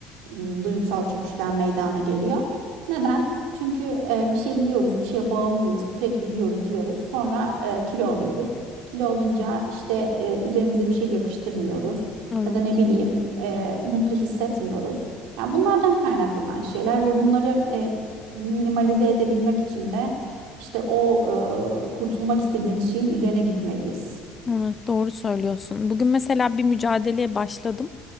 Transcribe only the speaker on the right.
m, duygusal çöküşler meydana geliyor. Neden? Çünkü e, bir şey yiyoruz, bir şeye bağımlıyız. Sürekli yiyoruz, yiyoruz. Sonra e, kilo alıyoruz. Kilo olunca işte e, üzerimize bir şey yakıştırmıyoruz
ya da ne bileyim e, mutlu hissetmiyoruz. Yani bunlardan kaynaklanan şeyler ve bunları e, minimalize edebilmek için de işte o e, kurtulmak istediğimiz şeyin üzerine gitmeliyiz.